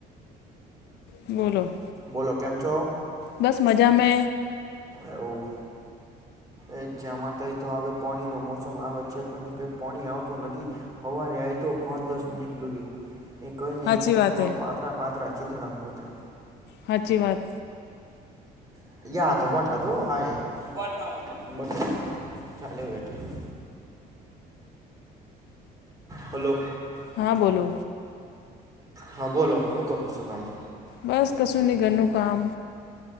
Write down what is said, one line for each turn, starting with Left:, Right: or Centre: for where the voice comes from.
Left: બોલો.
Right: બોલો કેમ છો
Left: બસ મજા મે
Right: એવું એ જમાં ત તો હવે પાણી ન મોસમ આવે છે પણ કઈ પાણી આવતું નથી હવારે આયુ તું પાંચ દસ મિનિટ લૂગી એ કોઈ નઈ
Left: સાચી વાત
Right: થોડ
Left: હે
Right: પાતરા પાતરા ચીતણા બતા
Left: હાચી વાત.
Right: <unintelligible> હલો.
Left: હા બોલો
Right: હા બોલો હું કરો છો તમે
Left: બસ કશું નિ ઘરનું કામ